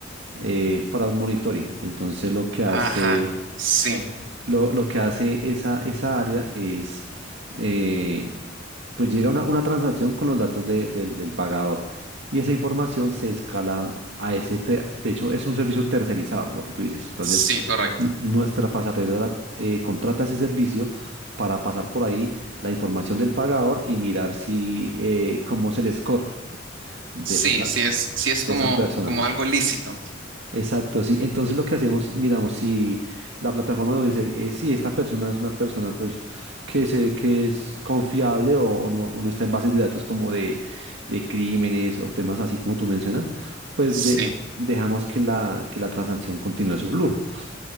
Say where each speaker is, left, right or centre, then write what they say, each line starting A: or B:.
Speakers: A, on the right; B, on the right.
A: eh, Fraud Monitoring. Entonces lo que hace,
B: Ajá, sí,
A: lo, lo que hace esa, esa área es... eh, pues llega una, una transacción con los datos de- del del pagador y esa información se escala a ese, te- de hecho es un servicio tercerizado, lo que tú dices. Entonces,
B: sí, correcto.
A: n- nuestra pasarela eh, contrata ese servicio para pasar por ahí la información del pagador y mirar si, eh, cómo es el score de,
B: Sí,
A: de esa,
B: sí es, sí es como,
A: de esa persona.
B: como algo lícito.
A: Exacto, sí. Entonces lo que hacíamos, miramos si la plataforma nos dice, eh, si esta persona es una persona pues que se, que es confiable o, o no, o no está en bases de datos como de, de crímenes o temas así como tú mencionas, pues
B: Sí.
A: le- dejamos que la, que la transacción continúe su flujo.